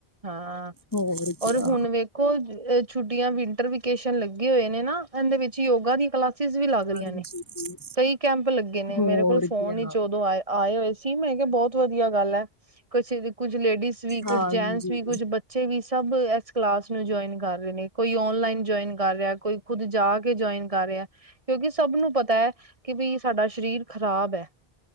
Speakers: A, on the right (about 35°); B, on the left (about 20°).
A: ਹਾਂ,
B: ਹੋਰ ਕਿਆ
A: ਔਰ ਹੁਣ ਵੇ ਕੁਝ ਛੁੱਟੀਆਂ ਵਿੰਟਰ ਵੈਕੇਸ਼ਨ ਲੱਗੇ ਹੋਏ ਨੇ ਨਾ, ਏਂਦੇ ਵਿੱਚ ਯੋਗਾ ਦੀਆਂ ਕਲਾ ਸ਼ਿਸ ਵੀ ਲੱਗ ਰੀਆਂ
B: ਹਾਂਜੀ
A: ਨੇ, ਕਈ ਕੈਂਪ ਲੱਗੇ ਨੇ
B: ਹੋਰ
A: ਮੇਰੇ ਕੋਲ ਫੋਨ
B: ਕਿਆ
A: ਈ ਚ ਉਦੋਂ ਆਇ ਆਏ ਹੋਏ ਸੀ, ਮੈਂ ਕਿਆ ਬੋਤ ਵਧੀਆ ਗੱਲ ਐ। ਕੁਛ ਕੁੱਝ ਲੇਡੀਜ਼ ਵੀ, ਕੁੱਝ
B: ਹਾਂਜੀ
A: ਜੈਂਟਸ ਵੀ, ਕੁੱਝ ਬੱ ਚੇ ਵੀ ਸਭ ਐਸ ਕਲਾਸ ਨੂੰ ਜੁਆਇਨ ਕਰ ਰੇ ਨੇ, ਕੋਈ ਓਨਲਾਈਨ ਜੁਆਇਨ ਕਰ ਰਿਆ ਕੋਈ ਖੁੱਦ ਜਾ ਕੇ ਜੁਆਇਨ ਕਰ ਰਿਆ। ਕਿਓਕੇ ਸਬ ਨੂੰ ਪਤੈ ਕੇ ਬੀ ਸਾਡਾ ਸਰੀਰ ਖ਼ਰਾਬ ਐ।